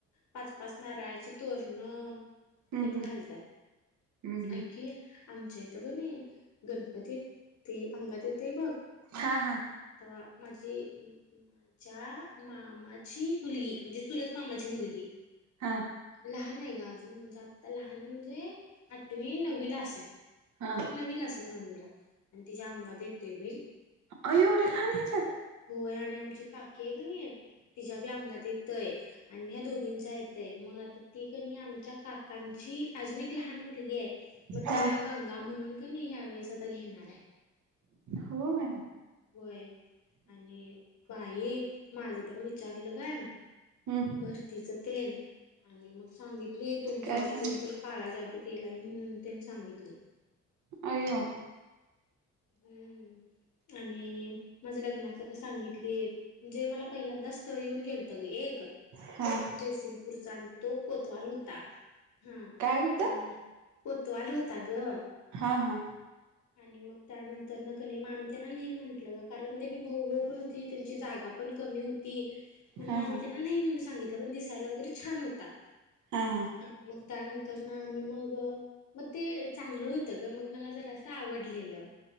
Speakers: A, on the left; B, on the right.
A: पाच, पाच नारळाचे तोरण
B: हम्म
A: तेन
B: हम्म
A: घालतात.
B: हम्म हम्म
A: ऐकी आमच्या इथे कोणी गणपती ते अंगात येतय बघ.
B: हा हां.
A: तव्हा माझी. माझ्या मामाची मुलगी म्हणजे, चुलत मामाची मुलगी.
B: हा.
A: लहान आहे गं अजून म्हणजे, आत्ता लहान म्हणजे आठवी नववी ला असलं.
B: हा
A: नवीला असल नवीला आणि, तिच्या अंगात येतय बाई.
B: अ एवढं का नाही जात?
A: होय, आणि आमची काकी आहे कणी, तिच्या बी अंगात येतंय. आणि ह्या दोघींचा येतय मग आता ती क नी आमच्या काकांची अजून एक लहान मुली ये मग तिला,
B: हा
A: गंगा म्हणून कणी ह्या वेळेस आता घेणार आहे.
B: होय.
A: होय, आणि बाई माझ पण विचारलं काय.
B: हम्म
A: भरतीचा तेन आणि मग सांगितली तुमच्यावर
B: काय सांग
A: कोणतर काळा जादू केला आहे, म्हणून त्यांनी सांगितले.
B: अयो.
A: हम्म, आणि माझ्या लग्नात. सांगितली म्हणजे, मला पहिल्यांदा स्थळ येऊन गेलत गं एक.
B: हां.
A: जयसिंगपूरचा आणि तो कोतवाल होता, हां...
B: काय होतं
A: आणि कोतवाल होता गं.
B: हा हा.
A: आणि मग त्यानंतर कणी आम्ही त्यांना नाही म्हंटलं, कारण त्यांनी भाऊ भाऊ पण होती त्यांची जागा. पण कमी होती म्हणुन
B: हा
A: आम्ही
B: हा
A: त्यांना नाही म्हणून सांगितलं पण दिसायला वगैरे छान होता.
B: हा हा.
A: आणि मग त्यानंतर ना मग मग, ते चांगलं होतं गं मग मला जरा असं. आवडलेलं